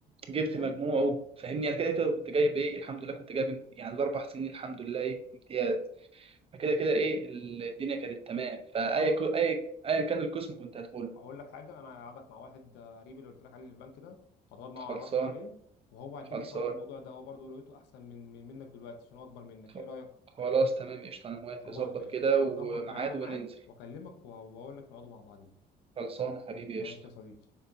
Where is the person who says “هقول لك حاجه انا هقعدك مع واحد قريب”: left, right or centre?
Left